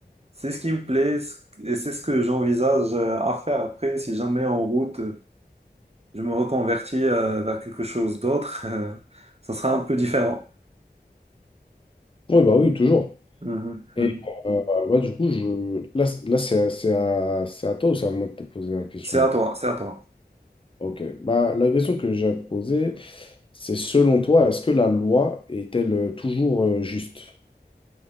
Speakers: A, on the right; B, on the left.
A: c'est ce qui me plaît ce- et c'est ce que j'envisage euh, à faire après si jamais en route je me reconvertis euh, vers quelque chose d'autre, euh, ça sera un peu différent.
B: Oui, bah oui, toujours.
A: Mhm,
B: Et
A: mhm.
B: euh, ouais, du coup, je... là, c- là c'est à, c'est à- c'est à toi ou c'est à moi de te poser la question?
A: C'est à toi, c'est à toi.
B: Ok. Bah, la question que j'ai à te poser, c'est selon toi, est-ce que la loi est-elle euh, toujours euh, juste?